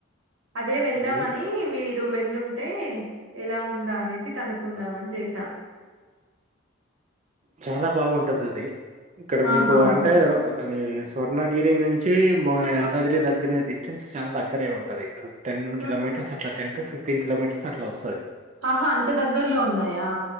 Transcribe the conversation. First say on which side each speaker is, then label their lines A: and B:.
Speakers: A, on the right; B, on the right.
A: అదే వెళ్దా
B: అది
A: మీ మీరు వెళ్ళుంటే ఎలా ఉందా అనేసి కనుక్కుందాం
B: ఆ
A: అని చేసా
B: చాలా బాగుంటదది ఇక్కడ మీకు
A: ఆహా
B: అంటే అ స్వర్ణగిరి నుంచి బు యాదాద్రి దగ్గర డిస్టెన్స్ చాలా దగ్గరే ఉంటది టెన్
A: హ్మ్.
B: కిమీటర్స్ అట్ల టెన్ టు ఫిఫ్టీన్ కిలోమీటర్స్ అట్లా వస్తది
A: ఆహా అంత దగ్గర్లో ఉన్నాయా